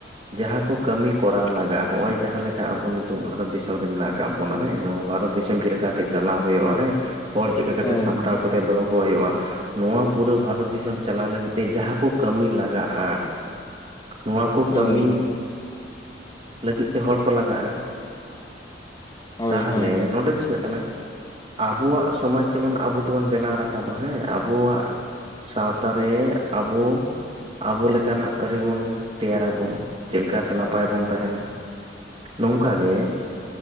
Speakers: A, on the right; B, on the left.
A: ᱡᱟᱦᱟᱸ ᱠᱚ ᱠᱟᱹᱢᱤ ᱠᱚᱨᱟᱣ ᱞᱟᱜᱟᱜᱼᱟ ᱦᱚᱜᱼᱚᱭ ᱡᱟᱦᱟᱸ ᱞᱮᱠᱟ ᱟᱵᱚ ᱱᱤᱛᱚᱜ ᱵᱷᱟᱨᱚᱛ ᱫᱤᱥᱚᱢ ᱨᱮ ᱢᱮᱱᱟᱜ ᱠᱟᱜ ᱵᱚᱱᱟ ᱦᱮ ᱚ ᱵᱷᱟᱨᱚᱛ ᱫᱤᱥᱚᱢ ᱪᱮᱞᱠᱟ ᱛᱮ ᱪᱟᱞᱟᱣ ᱦᱳᱭᱳᱜᱼᱟ ᱦᱮᱸ, ᱦᱚᱲ ᱪᱮᱫᱠᱟ ᱠᱟᱛᱮ
B: ᱦᱳᱭ
A: ᱥᱟᱢᱴᱟᱣ ᱠᱟᱛᱮ ᱫᱚᱦᱚ ᱠᱚ ᱦᱩᱭᱩᱜᱼᱟ ᱱᱚᱣᱟ ᱯᱩᱨᱟᱹ ᱵᱷᱟᱨᱚᱛ ᱫᱤᱥᱚᱢ ᱪᱟᱞᱟᱣ ᱞᱟᱹᱜᱤᱫ ᱛᱮ ᱡᱟᱦᱟᱸ ᱠᱚ ᱠᱟᱹᱢᱤ ᱞᱟᱜᱟᱜᱼᱟ
B: <inaudible>
A: ᱱᱚᱣᱟ ᱠᱚ
B: ᱦᱳᱭ
A: ᱠᱟᱹᱢᱤ ᱞᱟᱹᱜᱤᱫ ᱛᱮ ᱦᱚᱲ ᱠᱚ ᱞᱟᱜᱟᱜᱼᱟ
B: ᱦᱳᱭ
A: ᱛᱟᱦᱞᱮ
B: ᱦᱳᱭ
A: ᱱᱚᱰᱮ ᱫᱚ ᱪᱤᱠᱟᱹᱜ ᱠᱟᱱᱟ ᱟᱵᱚᱣᱟᱜ ᱥᱚᱢᱟᱡ ᱡᱮᱢᱚᱱ ᱟᱵᱚ ᱛᱮᱵᱚᱱ ᱵᱮᱱᱟᱣ ᱨᱟᱠᱟᱵ ᱟ ᱦᱮᱸ ᱟᱵᱚᱣᱟᱜ ᱥᱟᱶᱛᱟ ᱨᱮ ᱟᱵᱚ ᱟᱵᱚ ᱞᱮᱠᱟ ᱱᱟᱜ ᱟᱹᱨᱤ ᱵᱚᱱ ᱛᱮᱭᱟᱨ ᱟᱵᱚᱱ ᱪᱮᱫ ᱞᱮᱠᱟᱛᱮ ᱱᱟᱯᱟᱭ ᱵᱚᱱ ᱛᱟᱦᱮᱱᱟ ᱱᱚᱝᱠᱟ ᱜᱮ